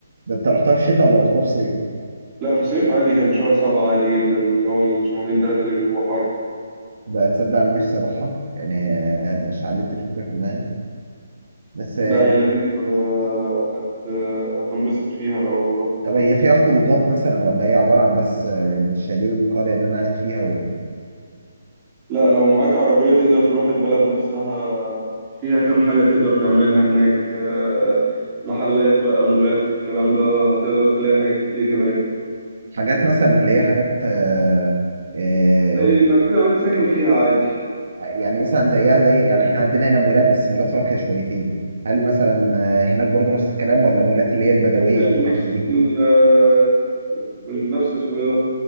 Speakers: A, on the right; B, on the right.
A: ده انت رحتها في الشتاء ولا رحتها في صيف؟
B: لا في صيف عادي كان في شهر سبعة عادي جدا اللي هو الشهرين ثلاثة اللي بيبقوا حر
A: بقى تصدق انا نفسي اروحها يعني آه، شعلت الفكره في دماغي بس آه،
B: لا هي لذيذة آه، هت آه، هتنبسط فيها لو رحت
A: طب هي فيها خروجات مثلا ولا هي عباره عن بس آه، الشاليه والقريه اللي انا قاعد فيها و...
B: لا لو معاك عربية تقدر تروح البلد نفسها فيها كام حاجة تقدر تعملها هناك آه، محلات بقى مولات الكلام ده هتقدر تلاقي حاجات كتير هناك
A: حاجات مثلا اللي هي حاجات آه، آه،
B: زي المدينة اللي انت ساكن فيها عادي
A: يعني مثلا زيها زي يعني احنا عندنا هنا مولات بس مولات راقيه شويتين هل مثلا آه، هناك برضه نفس الكلام ولا مولات اللي هي البدويه
B: أكيد مش
A: والحاجات
B: بنفس
A: دي؟
B: ال آه، مش بنفس اسمه ايه ده